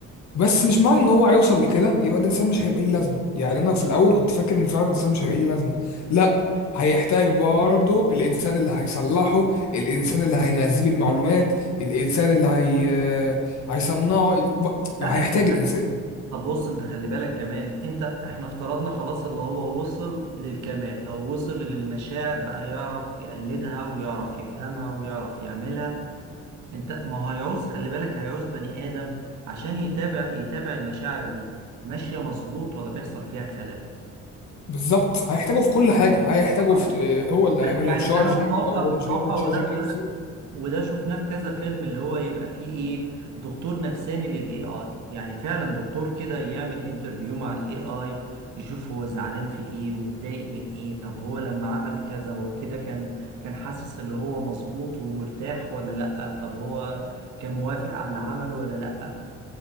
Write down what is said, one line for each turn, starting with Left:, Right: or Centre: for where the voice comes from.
Left: بس مش معنى ان هو هيوصل لكده يبقى الانسان مش هيبقى ليه لازمه يعني انا في الاول كنت فاكر ان فعلا الانسان مش هيبقى ليه لازمه لا هيحتاج برضه الانسان اللي هيصلحه الانسان اللي هيغذيه بالمعلومات الانسان اللي هي آه، هيصنعه ال-
Right: لا
Left: هيحتاج
Right: انت
Left: الانسان
Right: طب بص انت خلي بالك كمان انت احنا افترضنا خلاص اللي هو وصل للكمال او وصل للمشاعر بقى يعرف يقلدها ويعرف يفهمها ويعرف يعملها انت ما هو هيعوز خلي بالك هيعوز بني ادم عشان يتابع يتابع المشاعر دي ماشية مظبوط ولا بيحصل فيها خلل
Left: بالظبط هيحتاجه في كل حاجه هيحتاجه
Right: طبعا
Left: في آه، هو اللي هيعمل
Right: يعني
Left: له تشارجنج
Right: انا متوقع
Left: لو هو
Right: متوقع
Left: مش بيعمل تشارجنج
Right: وده
Left: يوصل.
Right: وده شفناه في كذا فيلم اللي هو يبقى فيه ايه دكتور نفساني للاي اي يعني فعلا دكتور كده يعمل انترفيو مع الاي اي يشوف هو زعلان في ايه ومتضايق من ايه طب هو لما عمل كذا هو كده كان كان حاسس اللي هو مظبوط ومرتاح ولا لأ طب هو كان موافق على اللي عمله ولا لأ